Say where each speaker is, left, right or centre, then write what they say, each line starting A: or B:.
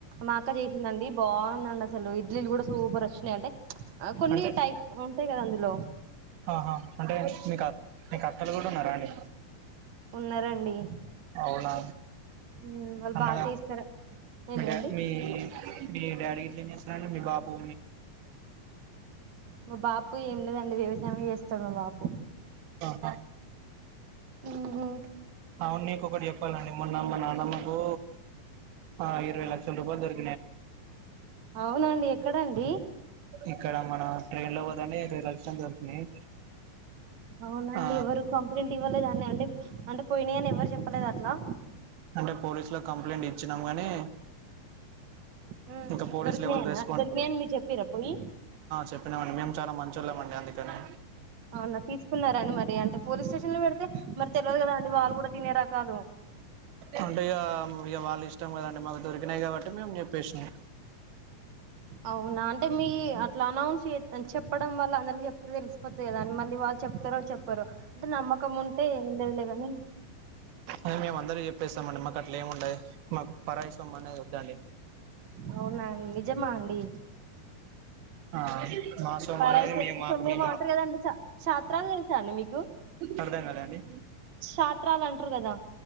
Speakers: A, on the right; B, on the right.
A: మా అక్క చేసిందండి బాగుందండి అసలు ఇడ్లీలు కూడా సూపర్ వచ్చినాయింటే. కొన్ని
B: అంటే
A: టైప్ ఉంటాయి కదా అందులో‌.
B: ఆహా అంటే మీకు మీకు అక్కలు కూడా ఉన్నారా అండి.
A: ఉన్నారండి
B: అవునా
A: ఉమ్, వాళ్ళు
B: అన్న.
A: బాగా చేస్తారు ఏంటిదండి
B: మంటే మీ మీ. అంటే మీ డాడీ గిట్ల ఏం చేస్తారండి మీ బాపు.
A: మా బాపు ఏం లేదండి వ్యవసాయమే చేస్తాడు మా బాపు.
B: ఆహ.
A: ఉహు.
B: అవు నీకొ ఒకటి చెప్పాలండి మొన్న మా నాన్నమ్మకు ఆ ఇరవై లక్షల రూపాయలు దొరికుంది.
A: అవునండి ఎక్కడండి.
B: ఇక్కడ మన ట్రైన్ లో పోతుంటే రెండు లక్షలు దొరికినాయి.
A: అవునా అండి
B: ఆ
A: ఎవరు కంప్లైంట్ ఇవ్వలేద అంటే పోయినాయి అని ఎవ్వరు చెప్పలేదు అట్లా.
B: అంటే పోలీసు లో కంప్లైంట్ ఇచ్చినాం గానీ.
A: ఉమ్,
B: ఇంకా పోలీస్
A: దొరికినాయనా
B: లెవెల్ రెస్పాండ్
A: దొరికినాయని మీరు చెప్పిరా పోయి
B: చెప్పినామండి మేము చాలా మంచి‌. చల్లమండి అందుకని.
A: అవునా తీసుకున్నారాండి మరి అంటే పోలీస్ స్టేషన్ లో పెడితే మరి తెలియదు కదా అండి వాళ్ళు కూడా తినే రకాలు.
B: అంటే ఇక ఇక వాళ్ళు ఇష్టం కదండి మాకు దొరికినాయి కాబట్టి మేము చెప్పేసినాం.
A: అవునా అంటే మీ అట్లా అనౌన్స్. అ చెప్పడం వల్ల అందరికి చెప్తే తెలిసిపోతుంది కదా అని మళ్ళీ వాళ్ళు చెప్తారో చెప్పరు అంటే నమ్మకం ఉంటే. ఉండదులేగని.
B: అ మేము అందర చెప్పేస్తామ అండి మాకు అట్లా ఏము ఉండదు మాకు పరాయసమ్ అనేది వద్దండి.
A: అవునా నిజమా అండి.
B: ఆ. మా సొమ్ము
A: పరాయి
B: అనేది
A: చే
B: మేము మాకు
A: సో మేముమంటారు
B: మేము
A: కదండి ఛత్రాలు తెలుసా అండి మీకు.
B: అర్థం కాలేదు అండి
A: శాత్రాలు అంటారు కదా